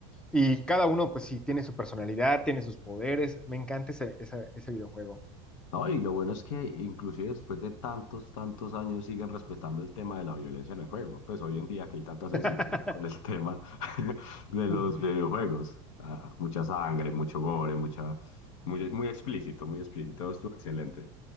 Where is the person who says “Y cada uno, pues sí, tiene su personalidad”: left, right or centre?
Centre